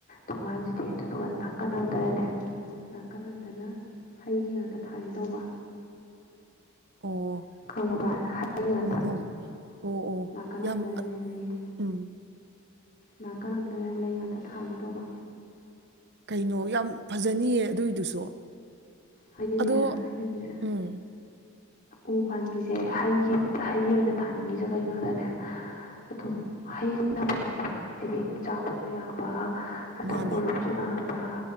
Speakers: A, on the left; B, on the right.
A: ꯊꯣꯡꯒꯥꯟꯁꯤꯗꯤ ꯑꯗꯨꯗꯨꯒ ꯅꯥ ꯀꯟꯅꯝꯗꯔꯅꯦ ꯅꯥ ꯀꯔꯝꯗꯅ ꯍꯩ ꯉꯥꯛꯇ ꯊꯥꯏꯒꯦ ꯇꯧꯕ
B: <inaudible> ꯑꯣ
A: ꯀꯪꯃꯕ ꯉꯗ
B: ꯎꯝ ꯎꯝ ꯑꯣ ꯑꯣ
A: ꯂꯅꯥꯀꯅꯝꯗꯅꯅꯦ
B: ꯌꯥꯝ
A: ꯂꯩꯌꯦ
B: ꯎꯝ
A: ꯅꯥꯀꯔꯝꯗꯅ ꯂꯩ ꯉꯥꯛꯇ ꯊꯥꯏꯒꯦ ꯇꯧꯕ
B: ꯀꯩꯅꯣ ꯌꯥꯝ ꯐꯖꯅꯤꯌꯦ ꯑꯗꯨꯏꯗꯨꯁꯨ
A: ꯍꯥꯏꯗꯤꯅꯦꯦꯅꯦ
B: ꯑꯗꯣ ꯎꯝ
A: ꯎ ꯄꯥꯝꯕꯤꯁꯦ ꯍꯩꯒꯤ ꯍꯩ ꯑꯣꯏꯅ ꯊꯥꯅꯤꯡꯉꯤꯁꯦ ꯀꯩꯅꯣꯗꯅꯦ ꯑꯗꯨꯝ ꯍꯩꯅ ꯐꯩ ꯍꯥꯏꯕ ꯍꯥꯏꯗꯤ ꯆꯥꯕꯁꯨ ꯌꯥꯕ ꯑꯗꯨꯝ
B: ꯃꯥꯅꯦ
A: ꯀꯂꯨꯝꯁꯨ ꯂꯥꯡꯕ